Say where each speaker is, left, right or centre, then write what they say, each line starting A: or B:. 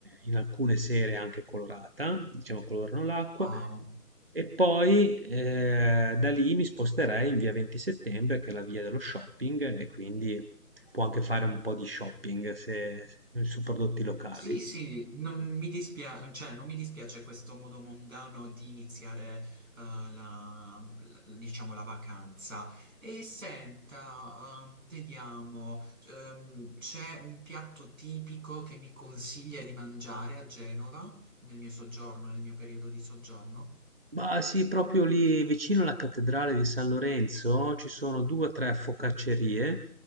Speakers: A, on the right; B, on the right.
A: in alcune sere è anche colorata, diciamo colorano l'acqua,
B: wow.
A: e poi eh, da lì mi sposterei in via 20 settembre, che è la via dello shopping, e quindi può anche fare un po' di shopping se- su prodotti locali.
B: Sì, sì, non mi dispiace, cioè, non mi dispiace questo modo mondano di iniziare, eh, la, la- diciamo, la vacanza. E senta, ehm, vediamo, ehm, c'è un piatto tipico che mi consiglia di mangiare a Genova nel mio soggiorno, nel mio periodo di soggiorno?
A: Ma sì, proprio lì vicino alla cattedrale di San Lorenzo ci sono due o tre focaccerie